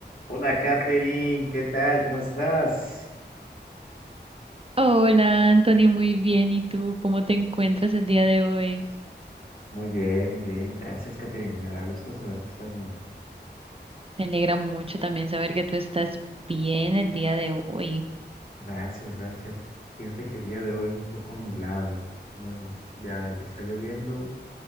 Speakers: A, on the left; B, on the right.
A: Hola, Katherine, ¿qué tal? ¿Cómo estás?
B: Hola, Anthony, muy bien. ¿Y tú cómo te encuentras el día de hoy?
A: Muy bien, muy bien. Gracias, Katherine. Me da gusto saber que estás bien.
B: Me alegra mucho también saber que tú estás bien el día de hoy.
A: Gracias, gracias. Fíjate que el día de hoy un poco nublado. Bueno, ya, ya está lloviendo